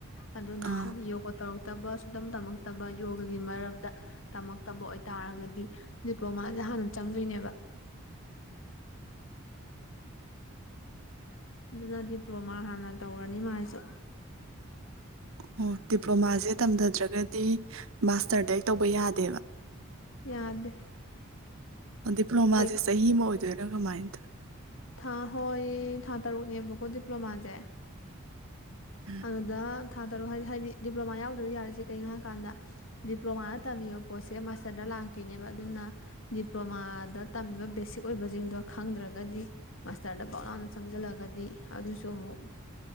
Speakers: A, on the left; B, on the right.
A: ꯑꯗꯨꯅ
B: ꯑꯥ
A: ꯌꯣꯒ ꯇꯧꯔꯛꯇꯕ ꯁꯨꯇꯝ ꯇꯝꯃꯛꯇꯕ ꯌꯣꯒꯒꯤ ꯃꯔꯛꯇ ꯇꯝꯃꯛꯇꯕ ꯑꯣꯢꯇꯥꯔꯒꯗꯤ ꯗꯤꯄ꯭ꯂꯣꯃꯥꯖꯦ ꯍꯥꯟꯅ ꯆꯪꯗꯣꯢꯅꯦꯕ ꯑꯗꯨꯅ ꯗꯤꯄ꯭ꯂꯣꯃꯥ ꯍꯥꯟꯅ ꯇꯧꯔꯅꯤ ꯃꯥꯢꯖꯨ
B: ꯑꯣ ꯗꯤꯄ꯭ꯂꯣꯃꯥꯖꯦ ꯇꯝꯙꯗ꯭ꯔꯒꯗꯤ ꯃꯥꯁꯇꯔꯗꯩ ꯇꯧꯕ ꯌꯥꯗꯦꯕ
A: ꯌꯥꯗꯦ
B: ꯑ ꯗꯤꯄ꯭ꯂꯣꯃꯥꯖꯦ
A: ꯀꯩ
B: ꯆꯍꯤ ꯑꯃ ꯑꯣꯢꯗꯣꯢꯔ ꯀꯃꯥꯢ ꯇꯧ
A: ꯊꯥ ꯍꯣꯢ ꯊꯥ ꯇꯔꯨꯛꯅꯦꯕꯀꯣ ꯗꯤꯄ꯭ꯂꯣꯃꯥꯖꯦ
B: ꯇꯧꯔ ꯎꯝ
A: ꯑꯗꯨꯗ ꯊꯥ ꯇꯔꯨꯛ ꯍꯥꯢꯗꯤ ꯍꯥꯢꯗꯤ ꯗꯤꯄ꯭ꯂꯣꯃꯥ ꯌꯥꯎꯗ꯭ꯔꯗꯤ ꯌꯥꯗ꯭ꯔꯤꯖꯦ ꯀꯩꯒꯤꯅꯣ ꯍꯥꯢ ꯀꯥꯟꯗ ꯗꯤꯄ꯭ꯂꯣꯃꯥꯗ ꯇꯝꯃꯤꯕ ꯄꯣꯠꯁꯦ ꯃꯥꯁꯇꯔꯗ ꯂꯥꯛꯇꯣꯢꯅꯦꯕ ꯑꯗꯨꯅ ꯗꯤꯄ꯭ꯂꯣꯃꯥꯗ ꯇꯝꯃꯤꯕ ꯕꯦꯁꯤꯛ ꯑꯣꯢꯕꯖꯤꯡꯗꯣ ꯈꯪꯗ꯭ꯔꯒꯗꯤ ꯃꯥꯁꯇꯔꯗ ꯕꯛ ꯂꯥꯎꯅ ꯆꯪꯁꯤꯜꯂꯒꯗꯤ ꯑꯗꯨꯁꯨ ꯑꯃꯨꯛ